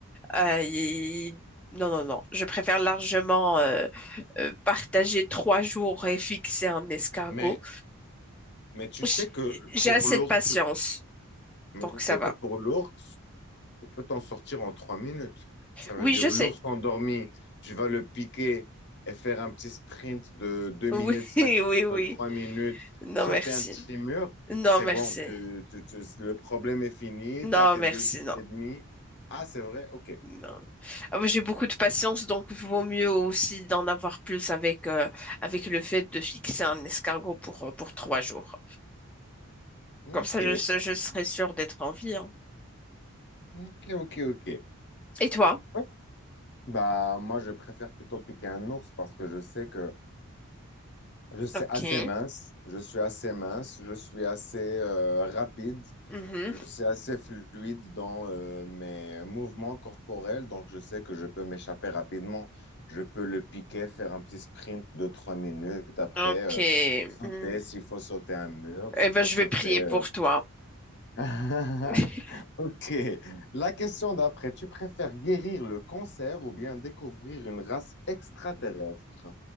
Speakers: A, in the centre; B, on the left (about 50°).
A: Euh, il- Non, non, non. Je préfère largement euh, euh, partager trois jours et fixer un escargot.
B: Mais, mais tu
A: J-
B: sais que
A: J'ai
B: pour
A: assez
B: l'ours,
A: de patience,
B: mais
A: donc
B: tu
A: ça
B: sais
A: va.
B: que pour l'ours, Tu peux t'en sortir en trois minutes. Ça veut
A: Oui,
B: dire
A: je sais.
B: l'ours endormi, tu vas le piquer et faire un petit sprint de deux
A: Oui,
B: minutes
A: <laughs>
B: cinquante
A: oui, oui.
B: de 3 minutes,
A: Non,
B: sauter
A: merci.
B: un petit mur.
A: Non,
B: C'est
A: merci.
B: bon, tu- tu- tu- le problème est fini,
A: Non,
B: tu as tes
A: merci,
B: deux jours
A: non.
B: et demi. Ah, c'est vrai? Ok.
A: Non. Ah, moi, J'ai beaucoup de patience, donc vaut mieux aussi d'en avoir plus avec, euh, avec le fait de fixer un escargot pour, euh, pour trois jours.
B: Ok,
A: Comme ça, je, se- je serai sûre d'être en vie. hein.
B: ok, ok,
A: Et toi?
B: ok. Bah, moi, je préfère plutôt piquer un ours parce que je sais que Je suis
A: Ok.
B: assez mince, je suis assez mince, je suis assez euh, rapide,
A: Mhm.
B: je suis assez fluide dans euh, mes mouvements corporels, donc je sais que je peux m'échapper rapidement. Je peux le piquer, faire un petit sprint de trois minutes, après
A: Ok.
B: euh, sauter
A: Hmm.
B: s'il faut sauter un mur,
A: Eh
B: s'il
A: ben,
B: faut
A: je
B: sauter...
A: vais prier
B: euh.
A: pour toi.
B: <laughs>
A: <laughs>
B: Ok, la question d'après, tu préfères guérir le cancer ou bien découvrir une race extraterrestre?